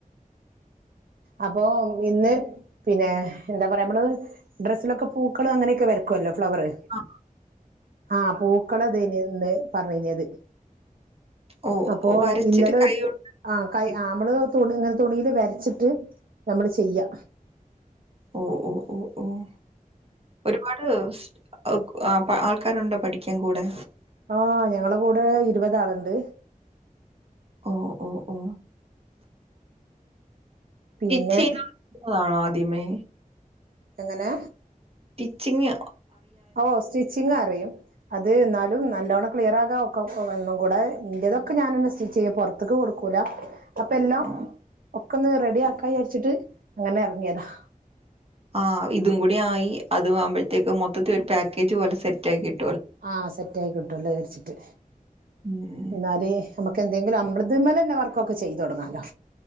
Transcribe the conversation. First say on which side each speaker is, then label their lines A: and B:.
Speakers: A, on the right; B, on the right.
A: അപ്പോ ഇന്ന് പിന്നെ എന്താ പറയാ നമ്മള് ഡ്രെസ്സിലൊക്കെ പൂക്കള് അങ്ങനെക്കെ വര്ക്കൊല്ലൊ. ഫ്ലവറ്
B: ആ.
A: ആഹ് പൂക്കളതേനിന്ന് പറഞ്ഞത്
B: ഓ,
A: അപ്പൊ
B: ഓ, വരച്ചിട്ട്
A: ഇന്നലെ
B: കൈ
A: ഒരു ആഹ്
B: ഒടിഞ്ഞ്
A: കയാ മ്മള് തുണി ങ്ങനെ തുണീല് വരച്ച്ട്ട് നമ്മള് ചെയ്യാ
B: ഓഹ് ഓഹ് ഓഹ് ഓഹ് ഒരുപാട് ഓഹ് ആഹ് ആൾക്കാരുണ്ടോ പഠിക്കാൻ കൂടെ
A: ആഹ് ഞങ്ങളെ കൂടെ ഇരുപതാള്ണ്ട്
B: ഓ ഓ ഓ
A: പിന്നെ
B: ടിചെയ്യാൻ ആഹ് അത് തിമേ
A: എങ്ങനെ
B: ടിച്ചിങ്
A: ഓ സ്റ്റിച്ചിങ് അറിയും അത് ന്നാലും നല്ലോണ്ണം ക്ലിയർ ആകാം ഒക്കെ ഒന്നും കൂടെ ഇന്റതൊക്കെ ഞാനെന്നെ സ്റ്റിച്ച് ചെയ്യും പൊറത്ത്ക്ക് കൊടുക്കൂല അപ്പ എല്ലാം
B: ഓ.
A: ഒക്കൊന്ന് റെഡി ആക്കാ വ്യചാരിച്ചിട്ട് അങ്ങനെ എറങ്യെതാ
B: ആ ഇതും കൂടി ആയി അത് ആവുമ്പഴത്തേക്ക് മൊത്തത്തിലൊരു ഒരു പാക്കേജ് പോലെ സെറ്റ് ആക്കിട്ട്
A: ആഹ് സെറ്റ് ആക്കികിട്ട് ട്ടൊല്ലൊ ചാർച്ചിട്ട്
B: ഉം.
A: എന്നാല് എന്തെങ്കിലുമ്മളത് മ്മലെവർക്കൊക്കെ ചെയ്തു തൊടങ്ങാലോ